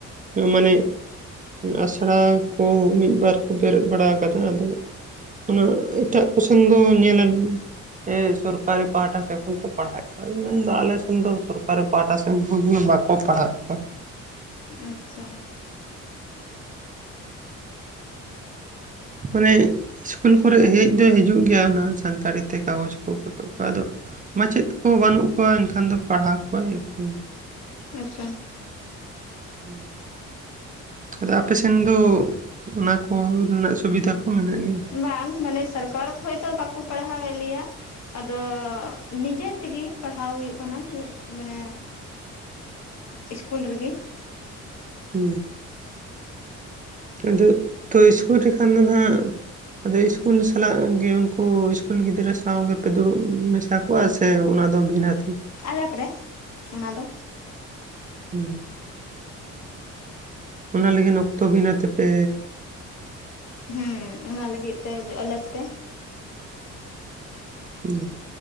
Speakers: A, on the left; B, on the right.
A: ᱟᱪᱪᱷᱟ
B: ᱢᱟᱱᱮ ᱟᱥᱲᱟ ᱠᱚ ᱢᱤᱫ ᱵᱟᱨ ᱠᱚ ᱵᱮᱨᱮᱫ ᱵᱟᱲᱟ ᱟᱠᱟᱫᱟ ᱟᱫᱚ ᱚᱱᱟ ᱮᱴᱟᱜ ᱠᱚᱥᱮᱱ ᱫᱚ ᱧᱮᱞ ᱟᱞᱤᱧ ᱥᱚᱨᱠᱟᱨᱤ ᱯᱟᱦᱴᱟ ᱥᱮᱫ ᱠᱷᱚᱱ ᱠᱚ ᱯᱟᱲᱦᱟᱣᱮᱫ ᱠᱚᱣᱟ ᱢᱮᱱᱫᱚ ᱟᱞᱮ ᱥᱮᱱ ᱫᱚ ᱥᱚᱨᱠᱟᱨᱤ ᱯᱟᱦᱟᱴᱟ ᱥᱮᱫ ᱵᱟᱠᱚ ᱠᱚ ᱯᱟᱲᱦᱟᱣᱮᱫ ᱠᱚᱣᱟ᱾
A: ᱟᱪᱪᱷᱟ
B: ᱢᱟᱱᱮ ᱤᱥᱠᱩᱞ ᱠᱚᱨᱮ ᱦᱮᱡ ᱫᱚ ᱦᱤᱡᱩᱜ ᱜᱮᱭᱟ ᱚᱱᱟ ᱥᱟᱱᱛᱟᱲᱤ ᱛᱮ ᱠᱟᱜᱚᱡᱽ ᱠᱚ᱾ ᱠᱚ ᱟᱫᱚ ᱢᱟᱪᱮᱫ ᱠᱚ ᱵᱟᱹᱱᱩᱜ ᱠᱚᱣᱟ ᱮᱱᱠᱷᱟᱱ ᱫᱚ ᱯᱟᱲᱦᱟᱣ ᱠᱚᱣᱟ ᱚᱠᱚᱭ᱾
A: ᱟᱪᱪᱷᱟ
B: ᱦᱩᱸ ᱟᱫᱚ ᱟᱯᱮᱥᱱ ᱫᱚ ᱚᱱᱟ ᱠᱚ ᱨᱮᱱᱟᱜ ᱥᱩᱵᱤᱫᱟ ᱠᱚ ᱢᱮᱱᱟᱜ ᱜᱮᱭᱟ?
A: ᱵᱟᱝ ᱢᱟᱱᱮ ᱥᱚᱨᱠᱟᱨ ᱠᱷᱚᱡ ᱫᱚ ᱵᱟᱠᱚ ᱯᱟᱲᱦᱟᱣᱮᱫ ᱞᱮᱭᱟ᱾ ᱟᱫᱚ ᱱᱤᱡᱮᱨ ᱛᱮᱜᱮ ᱯᱟᱲᱦᱟᱣ ᱦᱩᱭᱩᱜ ᱠᱟᱱᱟ ᱢᱟᱱᱮ ᱤᱥᱠᱩᱞ ᱨᱮᱜᱮ᱾
B: ᱦᱩᱸ ᱟᱫᱚ ᱛᱚ ᱥᱠᱩᱨ ᱨᱮᱠᱷᱟᱱ ᱫᱚ ᱟᱸᱜ ᱟᱫᱚ ᱤᱥᱠᱩᱞ ᱥᱟᱞᱟᱜ ᱜᱮ ᱩᱱᱠᱩ ᱤᱥᱠᱩᱞ ᱜᱤᱫᱽᱨᱟᱹ ᱥᱟᱶ ᱜᱮᱯᱮ ᱫᱩᱲᱩᱵ ᱢᱮᱥᱟ ᱠᱚᱣᱟ ᱥᱮ ᱚᱱᱟ ᱫᱚ ᱵᱷᱤᱱᱟᱹᱛᱮ?
A: ᱟᱞᱟᱜᱽ ᱨᱮ ᱚᱱᱟ ᱫᱚ᱾
B: ᱦᱩᱸ ᱚᱱᱟ ᱞᱟᱹᱜᱤᱫ ᱚᱠᱛᱚ ᱵᱷᱤᱱᱟᱹ ᱛᱮᱯᱮ
A: ᱦᱩᱸ ᱚᱱᱟ ᱞᱟᱹᱜᱤᱫ ᱛᱮ ᱟᱞᱮ ᱛᱮ
B: ᱦᱩᱸ